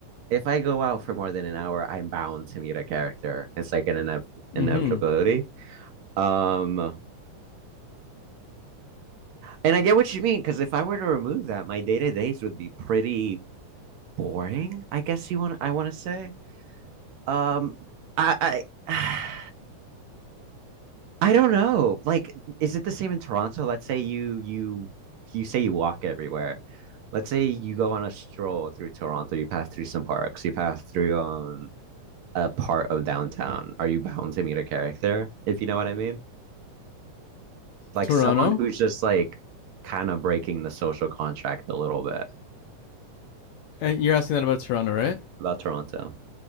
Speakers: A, on the right (about 75°); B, on the left (about 80°).
A: if I go out for more than an hour, I'm bound to meet a character. It's like an inev inevitability.
B: Mm-hmm.
A: Um, and I get what you mean because if I were to remove that, my day to days would be pretty boring. I guess you want I want to say. Um, I I. <sighs> I don't know. Like, is it the same in Toronto? Let's say you you you say you walk everywhere. Let's say you go on a stroll through Toronto, you pass through some parks, you pass through um a part of downtown. Are you bound to meet a character, if you know what I mean? Like
B: Toronto?
A: someone who's just like kind of breaking the social contract a little bit
B: Uh, You're asking that about Toronto, right?
A: about Toronto.